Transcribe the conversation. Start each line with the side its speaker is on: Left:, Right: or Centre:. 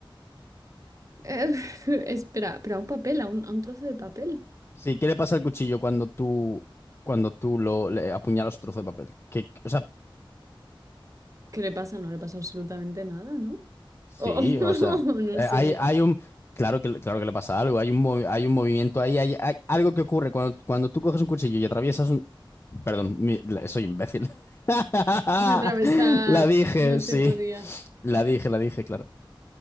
Right: eh, <laughs> espera, pero a un papel, a un, a un trozo de papel.
Left: Sí, ¿qué le pasa al cuchillo cuando tú, cuando tú lo le apuñalas un trozo de papel? Que, o sea,
Right: ¿Qué le pasa? No le pasa absolutamente nada, ¿no?
Left: sí,
Right: Oh, <laughs>
Left: o sea,
Right: no
Left: eh,
Right: sé.
Left: hay, hay un, claro que, claro que le pasa algo, hay un, movi- hay un movimiento ahí, hay, hay algo que ocurre cuando, cuando tú coges un cuchillo y atraviesas un, perdón, mi- la- soy imbécil. <laughs>
Right: Atravesar,
Left: La dije,
Right: no se
Left: sí,
Right: podía.
Left: la dije, la dije, claro.